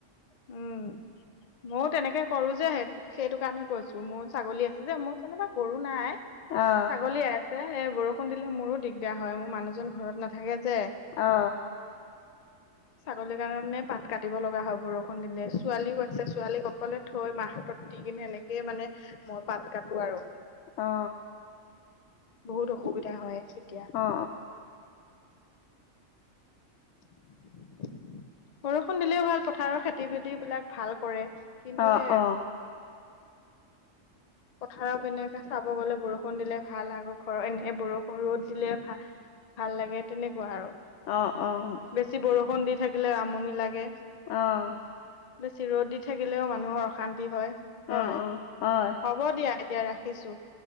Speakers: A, on the left; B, on the left.
A: উম, মও তেনেকে কৰো যে সেইটোক, সেইটো কাৰণে কৈছো। তো' মোৰ ছাগলী আছে যে মোৰ যেনেবা গৰু নাই
B: অ
A: ছাগলী আছে। এ বৰষুণ দিলে মোৰো দিগদাৰ হয় মোৰ মানুহজন ঘৰত নাথাকে যে,
B: অ
A: ছাগলীৰ কাৰণে পাত কাটিব লগা বা বৰষুণ দিলে ছোৱালীও আছে ছোৱালীক অকলে থৈ মাৰ হাতত দি কিনে এনেকে মানে মই পাত কাটো আৰু,
B: অ
A: বহুত অসুবিধা হয়। তেতিয়া
B: অ অ
A: <inaudible> বৰষুণ দিলেও ভাল পথাৰৰ খেতি-বাতি বিলাক ভাল কৰে। কিন্তু
B: অ অ
A: সে
B: অ
A: পথাৰৰ পিনে এনেকে চাব গলে বৰষুণ দিলে ভাল আৰু ঘৰৰ এনে বৰষুণ ৰ'দ দিলে ভা- ভাল লাগে তেনেকুৱা আৰু।
B: অ অঁ।
A: বেছি বৰষুণ দি থাকিলে আমনি লাগে।
B: অ'
A: বেছি ৰ'দ দি থাকিলেও মানুহৰ অশান্তি হয়। হয়
B: অ অ, হয়।
A: হ'ব দিয়া এতিয়া ৰাখিছো।